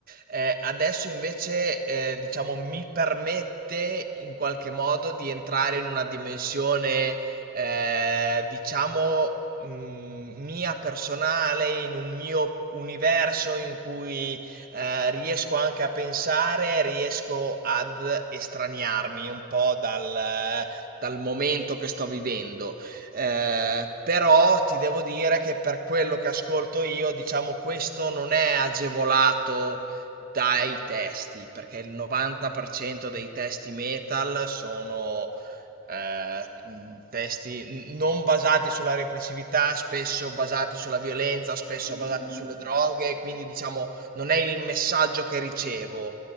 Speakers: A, on the right; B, on the left.
A: eh, adesso invece eh, diciamo mi permette in qualche modo di entrare in una dimensione eh, diciamo mh, mia personale, in un mio universo in cui eh, riesco anche a pensare, riesco ad estraniarmi un po' dal, dal momento che sto vivendo. Eh, però ti devo dire che per quello che ascolto io, diciamo, questo non è agevolato dai testi, perché il 90% dei testi metal sono eh, mh, testi n- non basati sulla riflessività, spesso basati sulla violenza, spesso
B: Vivi
A: basati
B: di musica,
A: sulle droghe,
B: esatto.
A: quindi diciamo non è il messaggio che ricevo,